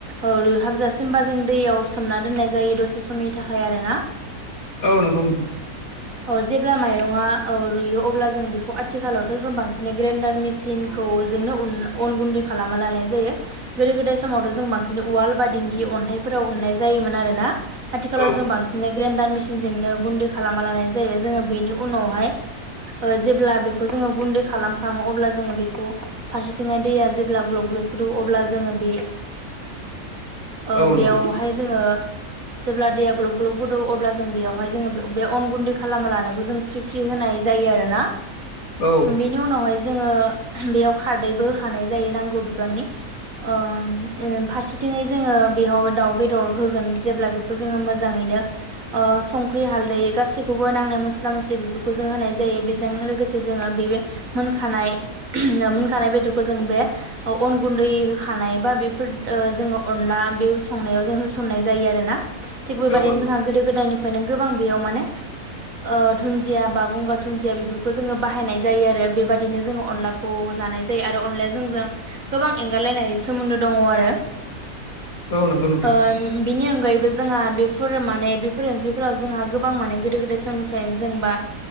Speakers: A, on the right; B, on the left.
A: ओ रुइहाबजासिम बा जों दैयाव सोमोनना दोननाय जायो दसे समनि थाखाय आरोना।
B: औ नोंगौ नोंथां।
A: अ जेब्ला माइरंआ ओ रुयो अब्ला जों बेखौ आ थिखालावथ' जों बांसिनै ग्रेडार मिसिनखौ जोंनो उन अन गुन्दै खालामना लानाय जायो। गोरा गोदो गोदाय समावथ' जों बांसिन उवाल बा दिंखि अन्थाइफोराव उननाय जायोमोन आरो ना। आथिखालाव
B: औ
A: जों बांसिनै ग्रेनडार मेसिनजोंनो गुन्दै खालामा लानाय जायो जोङो बेनि उनावहाय ओ जेब्ला बेखौ जोङो गुन्दै खालाम खाङो अब्ला जोङो बेखौ फारसेथिङाय दैया जेब्ला ग्लब ग्लब फुदु अब्ला जोङो बे ओ
B: औ नंगौ
A: बेयावहाय
B: नोंथां
A: जोङो जेब्ला दैया ग्लब ग्लब गदौ अब्ला जों बेयावहाय जोङो बे अन गुन्दै खालामा लानायखौ जों फ्रि फ्रि होनाय जायो आरोना।
B: औ
A: बेनि उनावहाय जोङो बेयाव खारदैबो होखानाय जायो नांगौ बिबांनि। अ ओ फारसे थिङै जोडो बेहाव दाउ बेदर होगोन जेब्ला बेखौ जोङो मोजाङैनो ओ संख्रि हाल दै गासै खौबो नांनाय मस्ला मस्लि बेफोरखौ जों होनाय जायो बेजोंनो लोगोसे जोङो बे बे मोनखानाय <unintelligible> मोनखानाय बेदरखौ जों बे ओ अन गुन्दै होखानाय बा बेफोर ओ जोङो अनला आ बे संनायाव जों होसननाय जायो आरो ना। थिग बेबादिनो
B: औ नंगौ
A: जोंहा गोदो गोदायनिफ्रायनो गोबां बेयाव माने <inaudible> ओ धुन्दिया बा गंगार धुन्दिया बेफोरखौ जोङो बाहायनाय जायो आरो बेबादिनो जोङो अनलाखौ जा नाय जायो आरो अनलाया जोंजों गोबां एंगारलायनो हायै सोमोन्दो दङ आरो।
B: औ नंगौ नोंथां
A: ओम बिनि अनगायैबो जोंहा बे फोर माने बेफोर ओंख्रिफोराव जोंहा गोबां माने गोदो गोदाय समनिफ्राय जोंबा